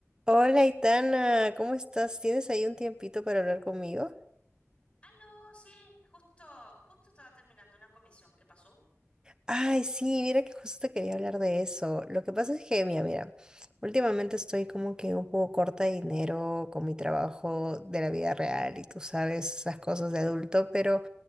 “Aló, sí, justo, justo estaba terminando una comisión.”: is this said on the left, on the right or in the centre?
Left